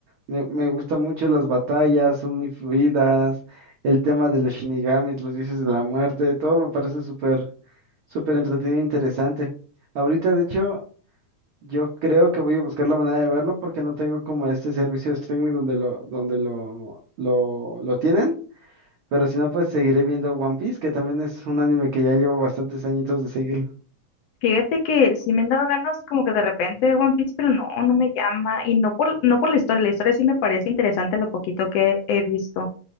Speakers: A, on the right; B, on the left.
A: me, me gusta mucho las batallas, son muy fluidas, el tema de los shinigamis, los dioses de la muerte, todo me parece súper, súper entretenido e interesante. Ahorita, de hecho... Yo creo que voy a buscar la manera de verlo porque no tengo como este servicio de streaming donde lo, donde lo, lo, lo tienen. Pero si no, pues seguiré viendo One Piece, que también es un anime que ya llevo bastantes añitos de seguirlo.
B: Fíjate que sí me han dado ganas como que de repente ver One Piece, pero no, no me llama y no por, no por la historia, la historia sí me parece interesante lo poquito que he visto,